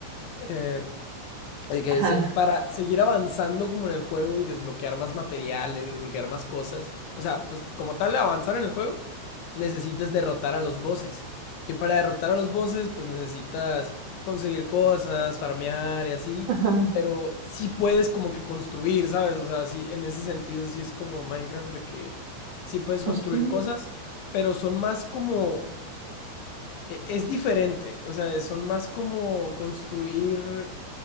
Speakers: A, on the left (about 70°); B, on the right (about 50°).
A: Eh, de que
B: Ajá,
A: se- para seguir avanzando como en el juego y desbloquear más materiales, desbloquear más cosas, o sea, pues como tal avanzar en el juego, necesitas derrotar a los bosses. Y para derrotar a los bosses, pues necesitas conseguir cosas, farmear y así,
B: ajá.
A: pero sí puedes como que construir, ¿sabes? O sea, sí, en ese sentido sí es como Minecraft de que sí puedes construir
B: Hostia.
A: cosas, pero son más como... e- Es diferente, o sea, son más como construir